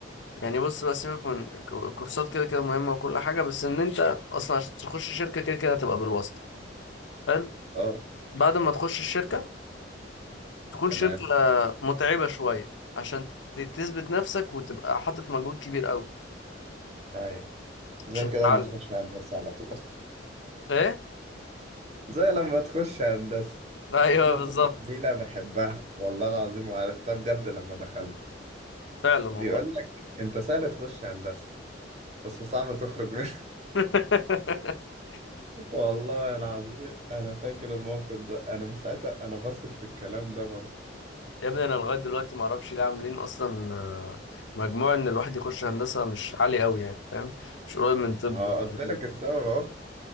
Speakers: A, on the left; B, on the right.
A: يعني بص بقى سيبك من الكورسات كده كده مهمة وكل حاجة بس إن أنت أصلا عشان تخش شركة كده كده هتبقى بالواسطة حلو
B: اه
A: بعد ما تخش الشركة تكون
B: تمام
A: شركة متعبة شوية عشان ت- تثبت نفسك وتبقى حاطط مجهود كبير قوي
B: ايوه زي
A: عشان
B: كده
A: تتعلم
B: لما تخش هندسة على طول <laughs>
A: إيه؟
B: زي لما تخش هندسة
A: أيوه
B: في مقولة
A: بالظبط
B: جميلة بحبها والله العظيم وعرفتها بجد لما دخلت
A: فعلا والله
B: بيقول لك انت سهل تخش هندسة بس صعب تخرج منها
A: <laughs>
B: <laughs> والله العظيم انا فاكر الموقف ده انا من ساعتها انا بثق في الكلام ده برضه
A: يا ابني أنا لغاية دلوقتي معرفش ليه عاملين أصلا آه، مجموع إن الواحد يخش هندسة مش عالي قوي يعني فاهم مش قريب من طب
B: ما هو
A: والكلام
B: قلت لك
A: ده
B: السبب اهو